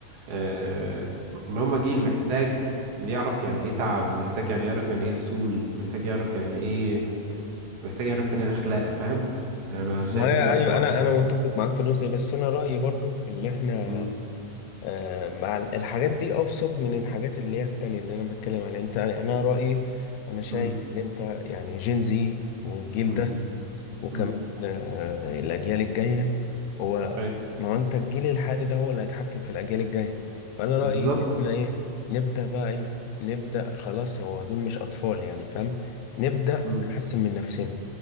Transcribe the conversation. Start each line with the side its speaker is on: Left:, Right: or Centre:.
Right: آه إن هما جيل محتاج يعرف يعني إيه تعب ومحتاج يعني يعرف يعني إيه أصول محتاج يعرف يعني إيه محتاج يعرف يعني إيه أخلاق فاهم أنا شايف
Left: ما هي
Right: كده بصراحة
Left: ايوه انا انا متفق معاك في النقطه دي بس انا رايي برضو اللي احنا
Right: مم.
Left: آه، مع ال- الحاجات دي ابسط من الحاجات اللي هي التانية اللي انا بتكلم عليها انت انا رايي انا شايف
Right: مم.
Left: ان انت يعني جين زي والجيل
Right: مم.
Left: ده وكمان
Right: مم.
Left: آه، الأجيال الجاية هو
Right: أي.
Left: ما هو أنت الجيل الحالي ده هو اللي هيتحكم في الأجيال الجاية فأنا رأيي
Right: بالظبط
Left: إن إحنا إيه نبدأ بقى إيه نبدأ خلاص هو دول مش أطفال يعني فاهم نبدأ
Right: مم.
Left: نحسن من نفسنا